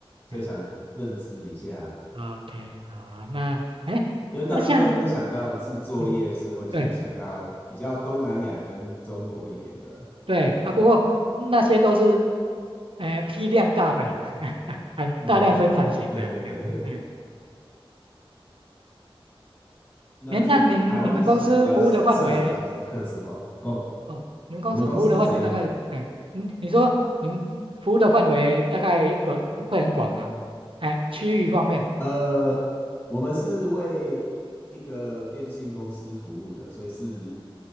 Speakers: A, on the left; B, on the right.
A: 所以想认知一下，
B: 哎，OK，好啊，那哎，
A: 因为大部分会想到制作业是会去想到比较东南亚跟中国一点的，
B: 那像，嗯，对对啊，不过那些都是，哎，批量大的，<laughs> 很大量生产型的，
A: 嗯嗯嗯，对对对，
B: 哎。哎
A: <laughs> 那就台湾就是比较擅长做客制化哦。
B: 哎，那您你们公司服务的范围，哦，你们公司服务的范围大概，
A: 我们公司是怎样？
B: 哎，你你说你们服务的范围大概多会很广吗？哎，区域方面，
A: 呃，我们是为一个电信公司服务的，所以是